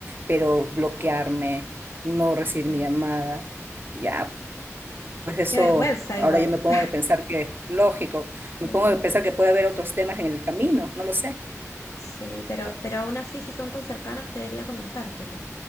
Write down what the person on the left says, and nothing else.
Mm.
Qué vergüenza
igual.
<laughs>
Mm,
Sí, pero, pero aún así si son tan cercanas debería comentártelo.